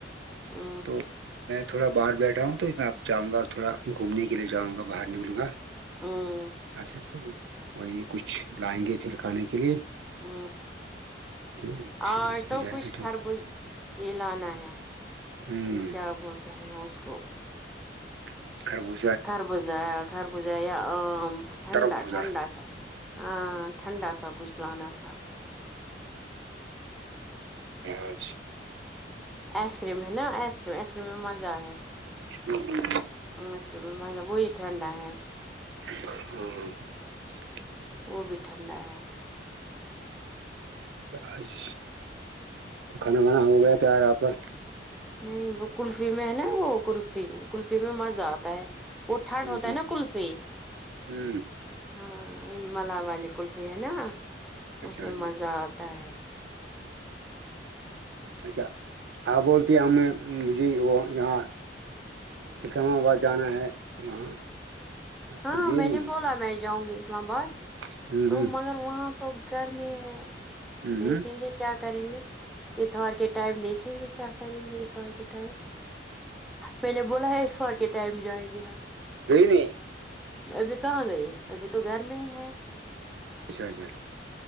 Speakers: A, in the centre; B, on the right.
A: ہ
B: تو میں تھوڑا باہر بیٹھا ہوں تو میں آپ جاؤں گا تھوڑا گھومنے کے لیے جاؤں گا باہر نکلوں گا
A: ہاں
B: اچھا تو وہی کچھ لائیں گے پھر کھانے کے لیے
A: ہ
B: تو پھر
A: آج
B: ہو
A: تو
B: جائے
A: کچھ
B: گا
A: خربز یہ لانا ہے
B: ہوں
A: کیا بولتے ہیں اس کو
B: ج خربو
A: کربوزا کاربوزا آم ٹھنڈا
B: تربوزہ
A: ٹھنڈا س ہاں ٹھنڈا سب کچھ لانا تھا
B: آج
A: آئس کریم ہے نا آئس کریم آئس کریم میں مزہ ہے
B: ہ
A: مچ میں مزہ وہی ٹھنڈا ہے
B: ہ
A: وہ بھی ٹھنڈا ہے
B: اچھ تو کھانا بانا ہو گیا تھا آ پر
A: نہیں وہ کلفی میں ہے نا وہ کلفی کلفی میں مزہ آتا ہے وہ ٹھنڈ
B: ہوں
A: ہوتا ہے نا کلفی
B: ہوں،
A: ہاں وہی ملا والی کلفی ہے نا
B: اچھا
A: اس میں
B: اچھا
A: مزہ آتا ہے
B: اچھا آپ بولتے ہیں ہم نے مجے وہ جاں اسکام آباد جانا ہے وہاں
A: ہاں
B: پھر گئی
A: میں
B: نہیں
A: نے بولا میں جاؤں گی اسلام آباد
B: ہوں
A: تو
B: ہوں
A: مگر وہاں تو گر میں ہے
B: ہوں
A: دیکھیں
B: ہوں
A: گے کیا کریں گے اتوار کے ٹائم دیکھیں گے کیا کریں گے اتوار کے ٹائم پہلے بولا ہے ایشور کے ٹائم جائیں گے ہم
B: دین
A: ابھی کہاں گئے ابھی تو گھر میں ہی ہے
B: اچھا اچھا